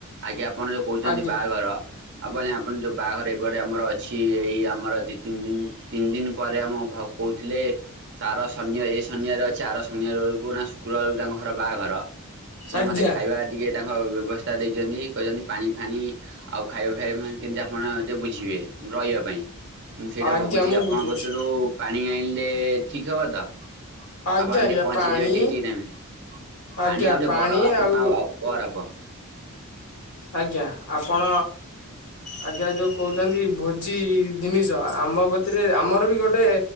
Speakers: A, on the right; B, on the left.
A: ଆଜ୍ଞା ଆପଣ ଯୋଉ କହୁଛନ୍ତି
B: ଆଜ୍ଞା
A: ବାହାଘର ଆପ ଆପଣ ଯୋଉ ବାହାଘର ଏବେ ଗୋଟେ ଆମର ଅଛି ଏଇ ଆମର ଦି ତିନି ଦିନ ତିନି ଦିନ ପରେ ଆମ କହୁଥିଲେ ଆର ଶନି ଏ ଶନି ବାରେ ଅଛି ଆର ଶନିବାର ବେଳକୁ ନା ଶୁକ୍ର ଭାର ବେଳକୁ ତାଙ୍କ ଘର ବାହାଘର ଘର ସିଏ
B: ଆଜ୍ଞା
A: ମତେ ଖାଇବା ଟିକେ ତାଙ୍କ ବ୍ୟବସ୍ଥା ଦେଇଛନ୍ତି ଛନ୍ତି ପାଣି ଫାଣି ଆଉ ଖାଇବା ଫାଇବା ମାନେ କେମତି ଆପଣ ଟିକେ ବୁଝିବେ ରହିବା ପାଇଁ ମୁଁ ସେଇଟା
B: ଆଜ୍ଞା
A: ଭାବୁଛି
B: ମୁଁ
A: ଆପଣଙ୍କ
B: ବୁଝୁଛି
A: ଥିରୁ ପାଣି ଆଣିଲେ ଠିକ୍ ହେବ ତ। ଆପଣ
B: ଆଜ୍ଞା ଆଜ୍ଞା
A: ଟିକେ ପହଞ୍ଚେଇଦବେ
B: ପାଣି
A: ଟିକେ ଟିକେ ଠିକ୍ ଟାଇମରେ
B: ଆଜ୍ଞା
A: ପାଣି ଆଉ ଗୋଟେ ଟେ ଆପଣ <unintelligible>
B: ଆଉ
A: ଓରପ
B: ଆଜ୍ଞା ଆପଣ ଆଜ୍ଞା ଯୋଉ କହୁଛନ୍ତି ଭୋଜି ଜିନିଷ ଆମ କତିରେ ଆମର ବି ଗୋଟେ